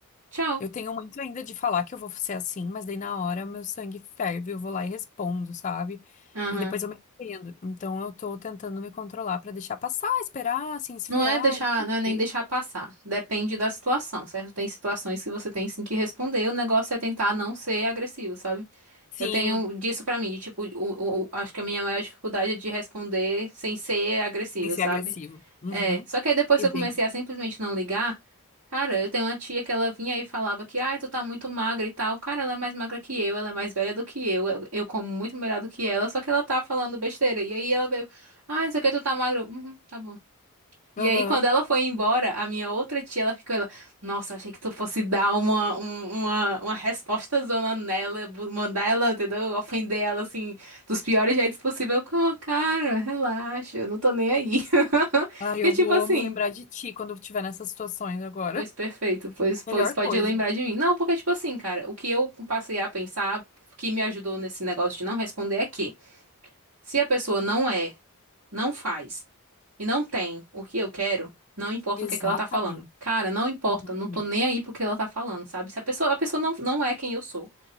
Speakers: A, on the right; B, on the left.
A: Tchau.
B: Eu tenho muito ainda de falar que eu vou ser assim, mas daí na hora meu sangue ferve, eu vou lá e respondo, sabe?
A: Aham.
B: E depois eu me arrependo. Então eu tô tentando me controlar pra deixar passar, esperar, assim, esfriar
A: Não é deixar,
B: e tal.
A: não é nem
B: E-
A: deixar passar. Depende da situação, certo? Tem situações que você tem sim que responder. O negócio é tentar não ser agressivo, sabe?
B: Sim,
A: Eu tenho disso pra mim, de, tipo, o, o- o- acho que a minha maior dificuldade é de responder sem ser agressiva,
B: sem ser
A: sabe?
B: agressivo. Uhum.
A: É, só que aí depois
B: E
A: que eu
B: bem.
A: comecei a simplesmente não ligar, cara, eu tenho uma tia que ela vinha e falava que, ai, tu tá muito magra e tal. Cara, ela é mais magra que eu, ela é mais velha do que eu, eu, eu como muito melhor do que ela, só que ela tá falando besteira. E aí ela veio, ai, não sei o que, tu tá magra. Eu, Uhum, tá bom. E
B: Aham.
A: aí, quando ela foi embora, a minha outra tia, ela ficou, ela, nossa, achei que tu fosse dar uma, um- uma, uma resposta zona nela, bu- mandar ela, entendeu? Ofender ela, assim, dos piores jeitos possível. Eu, "Oh, cara, relaxa, eu não tô nem aí. <laughs>
B: Ah,
A: Porque,
B: eu
A: tipo
B: vou
A: assim,
B: me lembrar de ti quando eu estiver nessas situações agora.
A: pois perfeito, pois,
B: <laughs>
A: pois
B: Melhor
A: pode
B: coisa.
A: lembrar de mim. Não, porque, tipo assim, cara, o que eu passei a pensar, que me ajudou nesse negócio de não responder é que, se a pessoa não é não faz e não tem o que eu quero, não importa
B: Exatamente.
A: o que é que ela tá falando. Cara, não importa,
B: Exatamente.
A: não tô nem aí pro que ela tá falando, sabe? Se a pessoa, a pessoa não, não é quem eu sou.